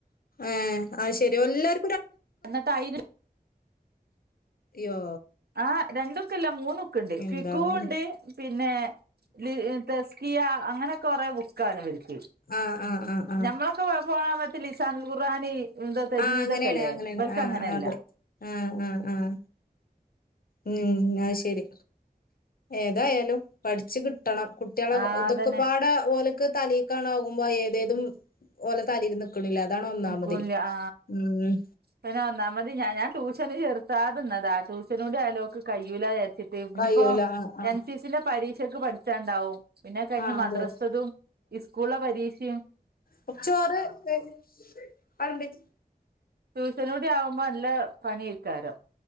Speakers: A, on the left; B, on the right.
A: ഏഹ്. അയ് ശരി എല്ലാർ
B: എന്നിട്ടയ്ന്
A: യോ
B: ആഹ് രണ്ടുക്കല്ല മൂന്നു ക്ക്ണ്ട്
A: എന്താണ്
B: ഫിക്കുഹുണ്ട്. പിന്നെ ലി തസ്കിയ അങ്ങനൊക്കെ കൊറെേ ബുക്കാള് വി <unintelligible> ക്ക്
A: ആഹ് ആഹ് ആഹ് ആഹ്
B: ഞമ്മളൊക്കെ പോണമയത്ത് ലിസാനുൽ ഖുർആൻ ഇന്തത്തെജ്‌വീതൊക്കല്ലേ
A: ആഹ് അങ്ങനെയാണ് അങ്ങനെയാണ്
B: ബെൽക്ക്
A: ആഹ്
B: അങ്ങനെയല്ല
A: ആഹ് അതെ ആഹ് ആഹ് ആഹ് ഉം അഹ് ശെരി ഏതായാലും പഠിച്ച് കിട്ട് കിട്ടണം കുട്ട്യേളെ
B: ആ
A: ഇതൊക്കെപാടെ
B: അതന്നെ
A: ഓല്ക്ക് തലേക്കാണാവുമ്പോ ഏതേതും ഓലെ തലെര്ന്ന് ക്ക്ണ്ല് അതാണ് ഒന്നാമതെ
B: കുൻ ആ
A: ഉം
B: പിന്നെ ഒന്നാമത് ഞാ ഞാൻ ട്യൂഷന് ചെർത്താതെന്നതാ ട്യൂഷനൂടി ആയ ലോക്ക് കയ്യൂലാജാര്ച്ച് <unintelligible> ഇഞ്ഞ്പ്പോ
A: കഴിയൂല ആഹ് ആഹ്
B: എൻ സി സിന്റെ പരീക്ഷ ഒക്കെ പഠിച്ചാണ്ടാവും പിന്നെ കഴിഞ്
A: ആഹ്
B: മദ്രസ്ത്തതും
A: അതെ.
B: സ്കൂളെ പരീക്ഷിം
A: കൊറ്ച്ചോറ് <unintelligible> <unintelligible>
B: ടൂഷനൂടി ആവുമ്പോ നല്ല പ ണ്യേക്കാ രം